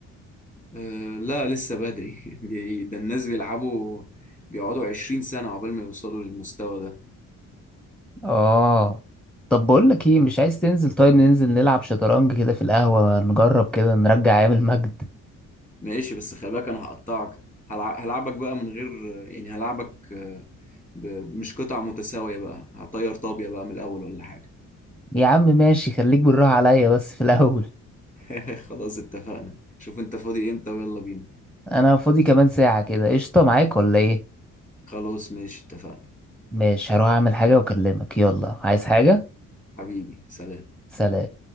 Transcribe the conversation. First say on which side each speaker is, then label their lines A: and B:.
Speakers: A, on the left; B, in the centre.
A: آه لا لسه بدري <laughs> دي- ده الناس بيلعبوا بيقعدوا 20 سنه عقبال ما يوصلوا للمستوى ده
B: اه طب بقول لك ايه مش عايز تنزل طيب ننزل نلعب شطرنج كده في القهوة نجرب كده نرجع ايام المجد
A: ماشي بس خلي بالك انا هقطعك هلع- هلعبك بقى من غير يعني هلعبك آه، ب- مش قطع متساويه بقى هطير طابيه بقى من الاول ولا حاجه
B: يا عم ماشي خليك بالراحة عليا بس في الاول
A: <laughs> خلاص اتفقنا شوف انت فاضي امتى ويلا بينا
B: <laughs> انا فاضي كمان ساعة كده قشطة معاك ولا ايه
A: خلاص ماشي اتفقنا
B: ماشي هروح اعمل حاجة واكلمك يلا عايز حاجة
A: حبيبي سلام
B: سلام